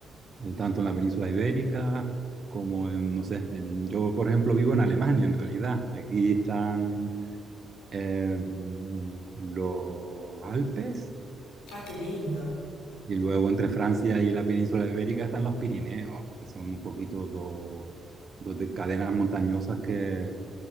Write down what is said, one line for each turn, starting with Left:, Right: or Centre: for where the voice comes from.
Right: eh, tanto en la península ibérica como en, no sé, en- yo por ejemplo vivo en Alemania en realidad. Aquí están em, los Alpes
Left: Ah, qué lindo.
Right: y luego entre Francia y la península ibérica están los Pirineos, que son un poquito dos, dos de- cadenas montañosas que,